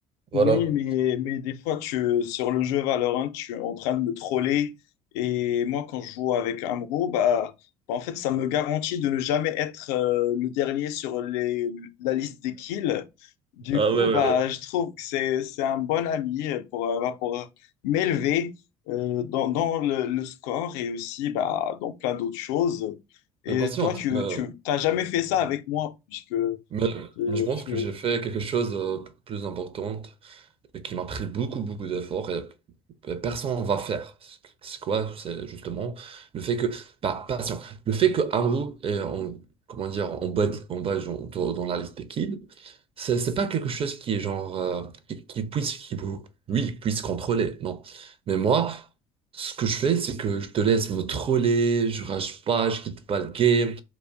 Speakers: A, on the right (about 35°); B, on the left (about 65°).
A: Voilà.
B: Oui, mais, mais des fois, tu, sur le jeu Valorant, tu es en train de me troller. Et moi, quand je joue avec Amro, bah, bah, en fait, ça me garantit de ne jamais être euh, le dernier sur les, la liste des kills. Du
A: Euh,
B: coup, bah, je trouve que c'est, c'est un bon ami pour, euh, bah, pour m'élever euh, dans, dans le, le score et aussi bah, dans plein d'autres choses. Et
A: Mais patiente,
B: toi, tu,
A: mais,
B: tu t'as jamais fait ça avec moi, puisque euh,
A: mais,
B: tu,
A: mais je pense que j'ai fait quelque chose de plus important. et qui m'a pris beaucoup, beaucoup d'efforts et pe- personne ne va faire. C'est c'est quoi? C'est justement le fait que, bah, patient, le fait que Amrou est en, comment dire, en bas, en bas genre, dans, dans la liste des kids, c'est c'est pas quelque chose qui est genre euh, qui, qui puisse qui vous- lui puisse contrôler, non. Mais moi, ce que je fais, c'est que je te laisse me troller, je rage pas, je quitte pas le game,